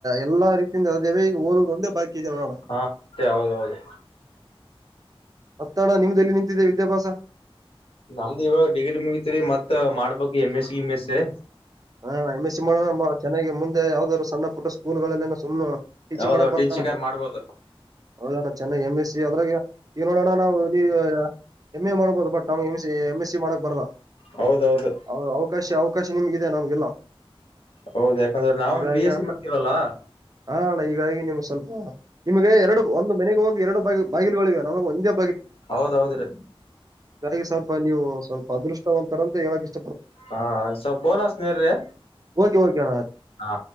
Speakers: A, on the right (about 40°); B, on the left (about 70°).
A: ಎಲ್ಲಾ ರೀತಿಯಿಂದ ಅ ದೇವ ಓದುದು. ಒಂದೇ ಬಾಕಿ ಇದೆ ನೋಡೋಣ
B: ಹಾ ಮತ್ತೆ ಹೌದೌದು
A: ಅತ್ತಣ ನಿಮ್ದೆಲ್ಲಿ ನಿಂತಿದೆ ವಿದ್ಯಾಭ್ಯಾಸ.
B: ನಮ್ದ ಇವಾಗ ಡಿಗ್ರಿ ಮುಗತ್ರಿ ಮತ್ ಮಾಡ್ಬೇಕು M S C M S C.
A: ಹಾ ಎಮ ಎ ಸಿ ಮಾಡ ಚೆನ್ನಾಗಿ ಮುಂದೆ ಯಾವ್ದಾದ್ರು ಸಣ್ಣ ಪುಟ್ಟ ಸ್ಕೂಲ್ ಗಳಲ್ಲೆನ ಸುಮ್ನೆ ಟೀಚಿಂಗ್
B: ಹೌದೌದು
A: ಮಾಡಕ್ ಬರ್ತಾನ
B: ಟೀಚಿಂಗರ್ ಮಾಡ್ಬೋದು
A: ಹೌದಾ ಚೆನ್ನಾಗಿ ಎಮ್ ಎಸ್ ಸಿ ಅದ್ರಾಗ. ಈ ನೋಡೋಣ ನಾವು ನೀವು ಎಮ್ ಎ ಮಾಡ್ಬಹುದು. ಬಟ್ ನಮಗೆ ಎಮ ಎಂ ಎಸ್ ಸಿ ಮಾಡಕ್ ಬರಲ್ಲಾ.
B: ಹೌದೌದು
A: ಅವ್ರ ಅವಕಾಶ ಅವಕಾಶ ನಿಮ್ಗಿದೆ ನಮ್ಗೆಲ್ಲ.
B: ಹೌದು ಯಾಕಂದ್ರೆ ನಾವನ್
A: ಈಗಗ
B: ಬಿ ಎಸ್ ಸಿ ಮಾಡಿವಲ್ಲ
A: ಹಣ್ಣ ಹೀಗಾಗಿ ನಿಮ್ ಸ್ವಲ್ಪ ಹ ನಿಮಗೆ ಎರಡು ಒಂದು ಮನೆಗೆ ಹೋಗಿ ಎರಡು ಬ ಬಾಗಿಲುಗಳುಿವೆ ನಮಗೆ ಒಂದ.
B: ಹೌದೌದ್ರಿ
A: ಹಾಗಾಗಿ ಸ್ವಲ್ಪ ನೀವು ಸ್ವಲ್ಪ ಅದೃಷ್ಟವಂತರಂತ ಹೇಳ!
B: ಹಾ ಸ ಫೋನ್ ಹಚ್ಚುತ್ತೇನೆ ರೀ
A: ಓಕೆ ಓಕೆ ಅಣ್ಣ
B: ಹಾ!